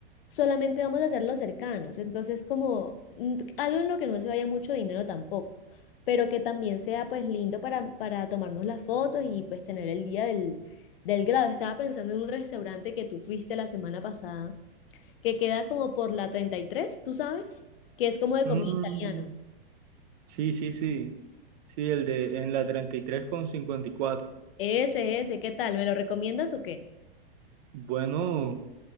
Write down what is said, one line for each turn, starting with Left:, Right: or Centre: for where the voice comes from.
Left: solamente vamos a hacer los cercanos. Entonces, como mm, algo en lo que no se vaya mucho dinero tampoco, pero que también sea pues lindo para, para tomarnos las fotos y pues tener el día del, del grado. Estaba pensando en un restaurante que tú fuiste la semana pasada, que queda como por la 33, ¿tú sabes? Que es como de
Right: Mm,
Left: comida italiana.
Right: sí, sí, sí. Sí, el de en la 33 con 54.
Left: Ese, ese, ¿qué tal? ¿Me lo recomiendas o qué?
Right: Bueno,